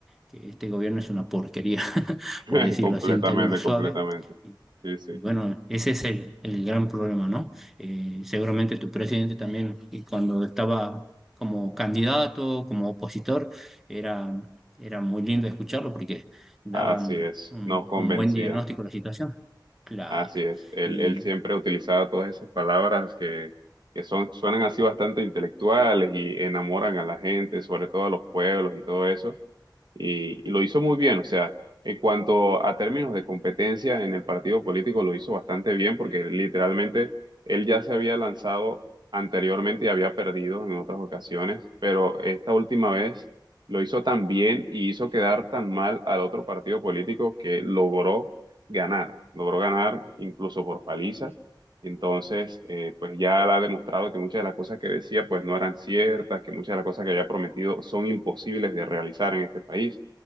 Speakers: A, in the centre; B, on the right (about 65°).
A: que este gobierno es una porquería, <laughs>
B: <laughs>
A: por decirlo
B: Completamente,
A: así en términos suaves.
B: completamente.
A: Y,
B: Sí, sí,
A: y bueno, ese es el, el gran problema, ¿no? Eh, seguramente tu presidente también, y cuando estaba como candidato, como opositor, era, era muy lindo escucharlo porque daban
B: así es,
A: un,
B: nos convencía,
A: un buen diagnóstico de la situación. Claro.
B: así es. Él,
A: Y
B: él siempre utilizaba todas esas palabras que, que son, suenan así bastante intelectuales y enamoran a la gente, sobre todo a los pueblos y todo eso, y, y lo hizo muy bien. O sea, en cuanto a términos de competencia en el partido político, lo hizo bastante bien porque literalmente él ya se había lanzado anteriormente y había perdido en otras ocasiones, pero esta última vez lo hizo tan bien y hizo quedar tan mal al otro partido político que logró ganar, logró ganar incluso por paliza. Entonces, eh, pues ya él ha demostrado que muchas de las cosas que decía pues no eran ciertas, que muchas de las cosas que había prometido son imposibles de realizar en este país.